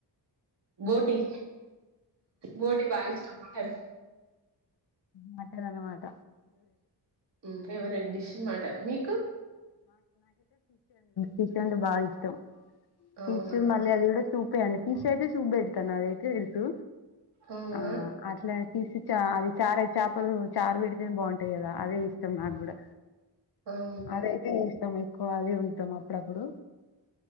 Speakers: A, on the right; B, on the left.
A: బోటి బోటి బగీష్టం మటన్
B: మాటనన్న మాట
A: మ్ ఫేవరేట్ డిష్ మాటన్ మీ
B: ఫిష్ంటే బాగా ఇష్టం
A: అవునా!
B: ఫిష్ మళ్ళి అది కూడా సూపె అండి ఫిష్ అయితే సుప్ బెడుతాను అదైతే తెలుసు
A: అవునా
B: ఆ అట్లా ఫిష్ చ అది చారే చేపలు చారు పెడితేనే బాగుంటాయి కదా అదే ఇష్టం నాకు కూడా
A: అవునా!
B: అదైతే చేస్తాం ఎక్కువ అదే వండుతాం అప్పుడప్పుడు